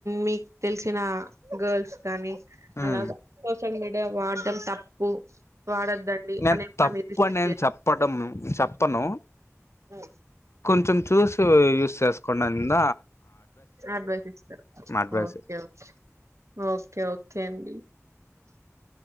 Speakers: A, on the right; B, on the left.
A: మీక్ తెలిసిన గల్స్ కానీ
B: మ్మ్
A: అలాగా సోషల్ మీడియా వాడటం తప్పు వాడొద్దండి
B: నేన్
A: అని ఏమన్నా
B: తప్పు
A: మీరు రిస్ట్రిక్ట్
B: అని నేన్ చెప్పటం చెప్పను.
A: ఉమ్
B: కొంచెం చూసి యూస్ చేసుకొన్నండ
A: అడ్వైస్ ఇస్తారు
B: advice
A: okay okay okay okay అండి.